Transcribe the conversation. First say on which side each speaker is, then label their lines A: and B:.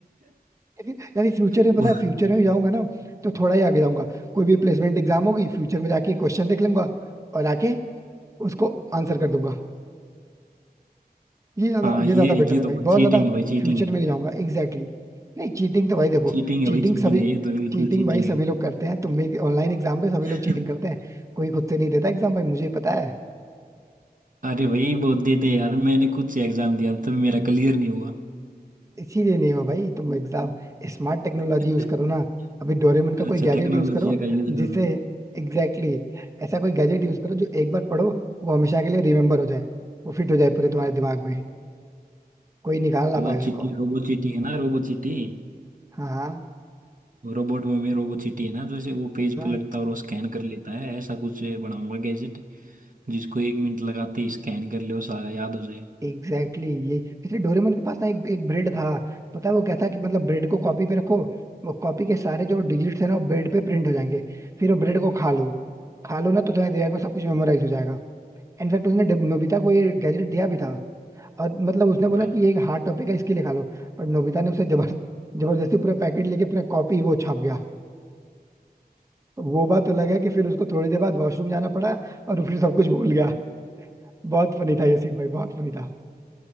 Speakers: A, on the right; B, on the right.
A: फिर यानी फ्यूचर में
B: वो-
A: पता है
B: <laughs>
A: फ्यूचर में जाऊंगा ना तो थोड़ा ही आगे जाऊंगा कोई भी प्लेसमेंट एग्जाम होगी फ्यूचर में जाके क्वेश्चन देख लूंगा और आके उसको आंसर कर दूंगा ये ज्यादा
B: हाँ
A: ये
B: ये
A: ज्यादा बेटर
B: ये
A: है
B: तो
A: भाई
B: भाई
A: बहुत
B: चीटिंग
A: ज्यादा
B: है भाई चीटिंग
A: फ्यूचर
B: है
A: में नहीं जाऊंगा Exactly exactly. नहीं चीटिंग तो भाई देखो
B: चीटिंग है
A: चीटिंग
B: भाई चीटिंग
A: सभी
B: है ये तो बिल्कुल
A: चीटिंग
B: चीटिंग
A: भाई सभी लोग करते हैं तुम भी ऑनलाइन एग्जाम पे सभी लोग
B: है
A: चीटिंग
B: <laughs>
A: करते हैं कोई खुद से नहीं देता एग्जाम भाई मुझे पता है
B: अरे वही बहुत देते हैं यार मैंने खुद से एग्जाम दिया तब मेरा क्लियर नहीं हुआ
A: इसीलिए नहीं हुआ भाई तुम एग्जाम स्मार्ट टेक्नोलॉजी
B: <laughs>
A: यूज करो ना अभी डोरेमन का
B: अच्छा
A: कोई गैजेट
B: टेक्नोलॉजी
A: यूज करो
B: का यूज
A: जिससे
B: करूँ
A: एग्जैक्टली exactly, ऐसा कोई गैजेट यूज करो जो एक बार पढ़ो वो हमेशा के लिए रिमेम्बर हो जाए वो फिट हो जाए पूरे तुम्हारे दिमाग में कोई निकाल ना
B: वो
A: पाए
B: चीटी
A: उसको
B: रोबो चीटी है ना रोबो चीटी
A: हाँ हाँ
B: रोबोट में रोबो चीटी है ना जैसे वो पेज
A: हाँ
B: पलटता और वो स्कैन कर लेता है ऐसा कुछ बनाऊंगा गैजेट जिसको एक मिनट लगाते ही स्कैन कर ले और सारा याद हो जाए
A: एग्जैक्टली exactly, ये इसलिए डोरेमन के पास ना एक एक ब्रेड था पता है वो क्या था कि मतलब ब्रेड को कॉपी पे रखो वो कॉपी के सारे जो डिजिट्स है ना वो ब्रेड पे प्रिंट हो जाएंगे फिर वो ब्रेड को खा लो खा लो ना तो तुम्हारे दिमाग में सब कुछ मेमोराइज हो जाएगा इनफैक्ट उसने डिब- नोबिता को ये गैजेट दिया भी था और मतलब उसने बोला
B: भाई
A: कि ये एक हार्ड टॉपिक है इसके लिए खा लो पर नोबिता ने उसे जबर जबरदस्ती पूरा पैकेट लेके पूरा कॉपी वो छाप गया वो बात अलग है कि फिर उसको थोड़ी देर बाद वॉशरूम जाना पड़ा और वो फिर सब कुछ भूल गया बहुत फनी था ये सीन भाई बहुत फनी था